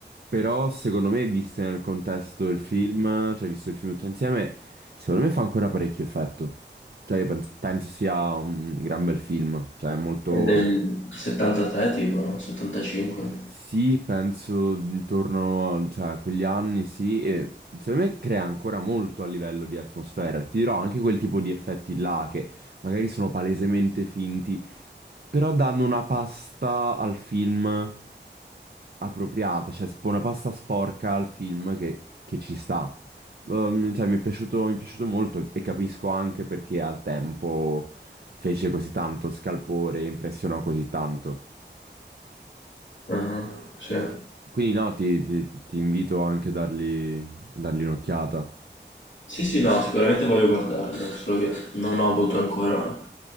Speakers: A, on the right; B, on the left.
A: Però secondo me, viste nel contesto del film, cioè visto il film tutto insieme, secondo me fa ancora parecchio effetto. Cioè, io penso, penso sia un gran bel film, cioè molto...
B: È del 73 tipo, no? 75.
A: Sì, penso intorno a, cioè, a quegli anni, sì, e secondo me crea ancora molto a livello di atmosfera. Ti dirò anche quel tipo di effetti là che magari sono palesemente finti, però danno una pasta al film appropriata, cioè sp- una pasta sporca al film che, che ci sta. Um, cioè, mi è piaciuto, mi è piaciuto molto e capisco anche perché al tempo fece così tanto scalpore e impressionò così tanto.
B: Ah, sì.
A: Quindi no, ti, ti- ti- ti invito anche a dargli, a dargli un'occhiata.
B: Sì, sì, no, sicuramente voglio guardarlo, solo che non ho avuto ancora